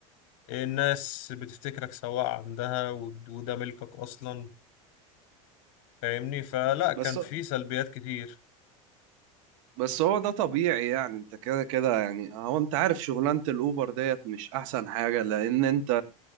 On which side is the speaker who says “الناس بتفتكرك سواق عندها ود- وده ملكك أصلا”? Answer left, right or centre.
Left